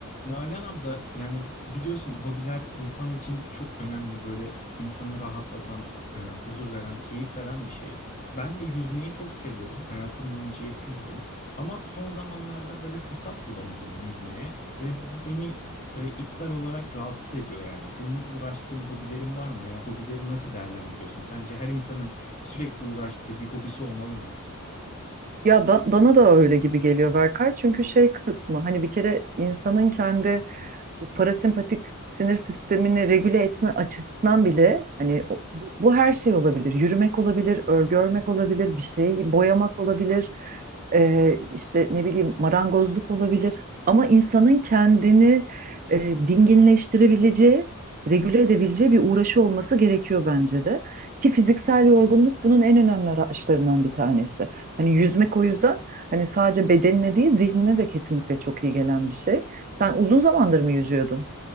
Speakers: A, on the left; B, on the right.
A: Nalan abla yani biliyorsun hobiler insan için çok önemli böyle insanı rahatlatan, e, huzur veren, keyif veren bir şey. Ben de yüzmeyi çok seviyorum. Hayatım boyunca hep yüzdüm. Ama son zamanlarda böyle fırsat bulamadım yüzmeye ve bu beni böyle içsel olarak rahatsız ediyor yani. Senin uğraştığın hobilerin var mı veya hobileri nasıl değerlendiriyorsun? Sence her insanın sürekli uğraştığı bir hobisi olmalı mı?
B: Ya ba- bana da öyle gibi geliyor Berkay. Çünkü şey kısmı hani bir kere insanın kendi bu parasempatik sinir sistemini regüle etme açısından bile hani o- bu, bu her şey olabilir. Yürümek olabilir, örgü örmek olabilir, bir şeyi boyamak olabilir. Ee, işte ne bileyim marangozluk olabilir. Ama insanın kendini e, dinginleştirebileceği, regüle edebileceği bir uğraşı olması gerekiyor bence de. Ki fiziksel yorgunluk bunun en önemli araçlarından bir tanesi. Hani yüzmek o yüzden hani sadece bedenine değil zihnine de kesinlikle çok iyi gelen bir şey. Sen uzun zamandır mı yüzüyordun?